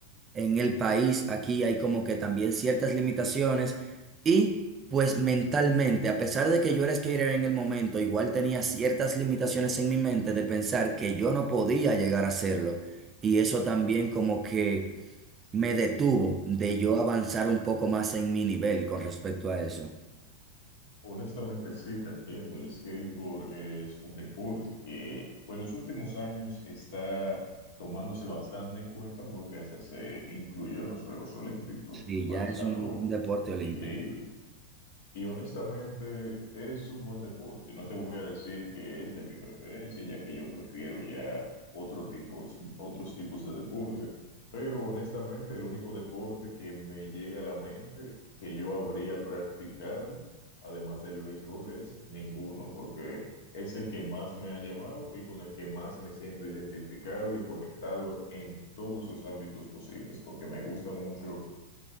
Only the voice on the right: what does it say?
en el país, aquí hay como que también ciertas limitaciones y pues mentalmente, a pesar de que yo era skater en el momento, igual tenía ciertas limitaciones en mi mente de pensar que yo no podía llegar a hacerlo y eso también como que me detuvo de yo avanzar un poco más en mi nivel con respecto a eso.
sí
ya
es
un, un deporte olímpico.